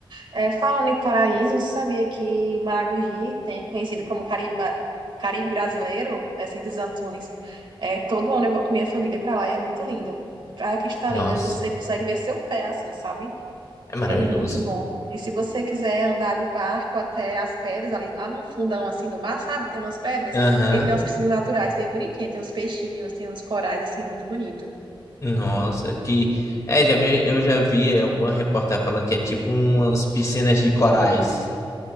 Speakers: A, on the right (about 60°); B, on the left (about 35°).
A: É, falando em paraíso, você sabia que Maragogi tem conhecido como Cariba, Caribe brasileiro, é assim dos Antunes. É, todo ano eu vou com minha família para lá e é muito lindo. Praia Cristalina,
B: Nossa,
A: você consegue ver seu pé assim, sabe?
B: é maravilhoso.
A: É muito bom. E se você quiser andar de barco até as pedras ali, lá no fundão assim do mar, sabe? Tem umas pedras
B: Aham,
A: e tem umas piscinas naturais bem bonitinhas, tem uns peixinhos, tem uns corais assim, é muito bonito.
B: Nossa, que é, já me- eu já vi alguma reportagem falando que é tipo umas piscinas de corais